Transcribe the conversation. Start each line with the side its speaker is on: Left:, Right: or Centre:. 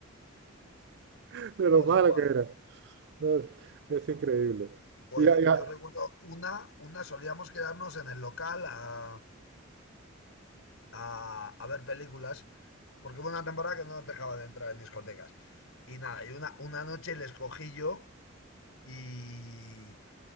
Right: <laughs> de
Left: No,
Right: lo malo
Left: es igual.
Right: que era. <laughs> No, es, es increíble.
Left: Joder,
Right: ya
Left: yo,
Right: ya
Left: yo recuerdo una, una solíamos quedarnos en el local a, a- a ver películas, porque hubo una temporada que no nos dejaba de entrar en discotecas. Y nada, y una, una noche les cogí yo y,